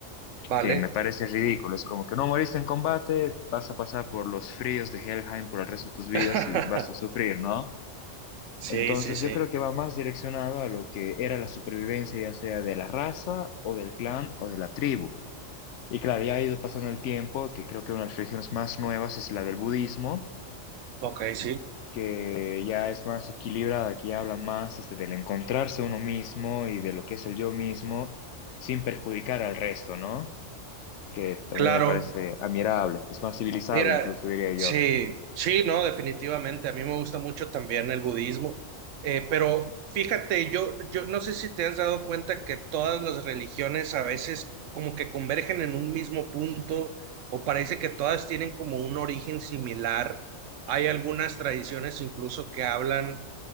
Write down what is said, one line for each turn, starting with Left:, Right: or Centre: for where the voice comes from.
Right: vale.
Left: que me parece ridículo. Es como que no moriste en combate, vas a pasar por los fríos de Helheim por el resto de tus vidas
Right: <laughs>
Left: y vas a sufrir, ¿no?
Right: Sí,
Left: Entonces
Right: sí, sí,
Left: yo creo que va más direccionado a lo que era la supervivencia, ya sea de la raza o del clan o de la tribu. Y claro, ya ha ido pasando el tiempo, que creo que una de las religiones más nuevas es la del budismo,
Right: ok, sí,
Left: que ya es más equilibrada, que ya habla más este, del encontrarse uno mismo y de lo que es el yo mismo sin perjudicar al resto, ¿no? que también
Right: claro,
Left: me parece admirable, es más civilizado
Right: Mira,
Left: incluso, diría yo.
Right: sí, sí, no, definitivamente. A mí me gusta mucho también el budismo. Eh, pero fíjate, yo, yo no sé si te has dado cuenta que todas las religiones a veces como que convergen en un mismo punto o parece que todas tienen como un origen similar. Hay algunas tradiciones incluso que hablan